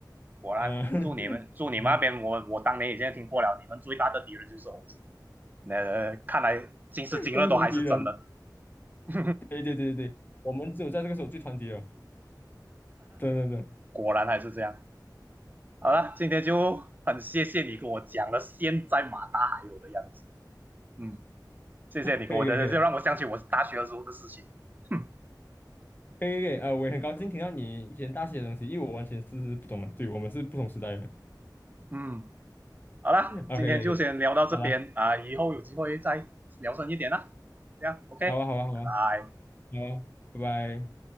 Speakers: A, on the right; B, on the left.
A: 果然，
B: 呃，
A: 祝你们祝你们那边，
B: <laughs>
A: 我我当年已经听过了，你们最大的敌人就是猴子。那、呃、看来今时今日都还是真的，
B: 共同敌人，
A: <laughs>
B: 对对对对对，我们只有在这个时候最团结了，对对对，
A: 果然还是这样。好了，今天就很谢谢你跟我讲了现在马大还有的样子，嗯，谢谢你给我的，
B: 可以可以可以。
A: 就让我想起我大学的时候的事情，哼，
B: 可以可以，呃，我也很高兴听到你以前大学的东西，因为我完全是是不懂的，对，我们是不同时代的人。
A: 嗯。好啦，
B: <laughs> OK
A: 今天就先聊到这边啊，
B: OK OK，好了，
A: 呃以后有机会再聊深一点啦。这样，OK，
B: 好吧好吧好吧，
A: 拜拜。
B: 好啊，拜拜。